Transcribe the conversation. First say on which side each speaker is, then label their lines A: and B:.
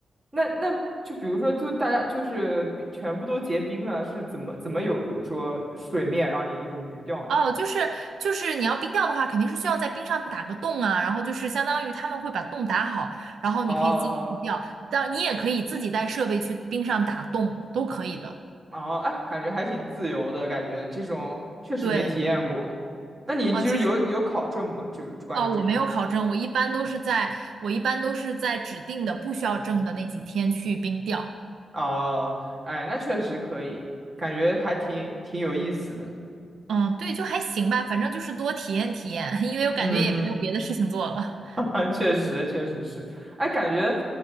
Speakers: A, on the right; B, on the right.
A: 那那就比如说，就大家就是比全部都结冰了，是怎么怎么有，比如说水面让你有鱼钓呢？
B: 哦，就是就是你要冰钓的话，肯定是需要在冰上打个洞啊，然后就是相当于他们会把洞打好，然后你可以自己去钓，
A: 哦
B: 但你也可以自己带设备去冰上打洞，都可以的。
A: 哦，哎，感觉还挺自由的，感觉这种确实没体验过。
B: 对，
A: 那你就是有有考证吗？
B: 哦，其实
A: 就关于这。
B: 哦，我没有考证，我一般都是在我一般都是在指定的不需要证的那几天去冰钓。
A: 哦，哎，那确实可以，感觉还挺挺有意思的。
B: 嗯，对，就还行吧，反正就是多体验体验，<laughs> 因为我感觉也没有别的事情做了。
A: 嗯嗯，<laughs> 确实确实是。哎，感觉